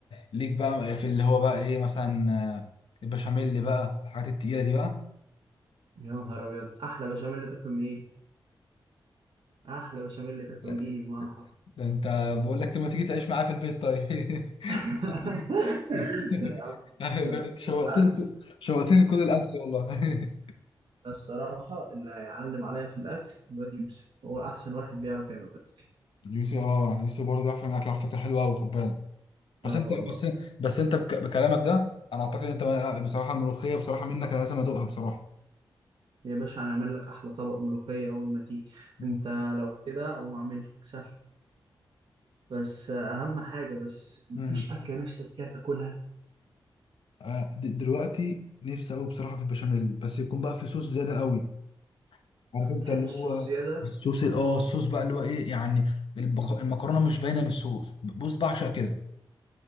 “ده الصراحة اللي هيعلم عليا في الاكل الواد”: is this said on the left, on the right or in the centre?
Right